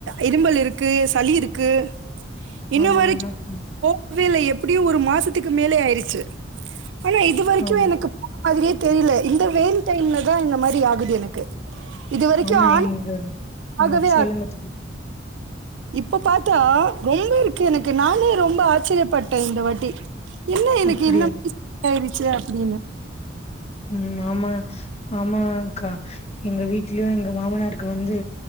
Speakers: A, on the right (about 80°); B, on the left (about 35°).
A: இரும்பல் இருக்கு சளி இருக்கு இன்னு
B: ஆமா
A: வரைக்
B: ஆமா தோழி
A: போகவேல எப் அப்டியு ஒரு மாசத்துக்கு மேலே ஆயிருச்சு ஆனா இது வரைக்கு
B: ஆமா
A: எனக்கு மாதிரியெதெரியல இந்த வெயில் டைம்ல தா இந்த மாதிரி ஆகுது எனக்கு இதுவரைக்கும்
B: ஆமா
A: ஆன
B: இங்க ம்
A: ஆகவே
B: சொல்லுங்க
A: ஆ
B: தோழி
A: இப்ப பார்த்தா ரொம்ப இருக்கு எனக்கு நானே ரொம்ப ஆச்சரியப்பட்டே இந்த வாட்டி என்னா எனக்கு
B: அப்டியா
A: இன்னு <unintelligible> இதா ஆயிருச்சு அப்டின்னு
B: ம் ஆமா ஆமாக்கா எங்க வீட்லயு எங்க மாமனாருக்கு வந்து